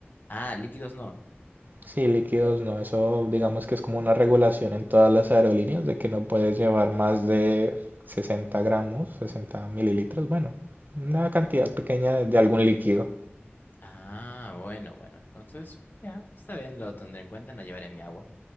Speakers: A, on the left; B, on the right.
A: Ah, líquidos no.
B: Sí, líquidos no, eso digamos que es como una regulación en todas las aerolíneas de que no puedes llevar más de 60 gramos, 60 mililitros, bueno, una cantidad pequeña de, de algún líquido.
A: Ah, bueno, bueno. Entonces, ya, está bien, lo tendré en cuenta. No llevaré mi agua.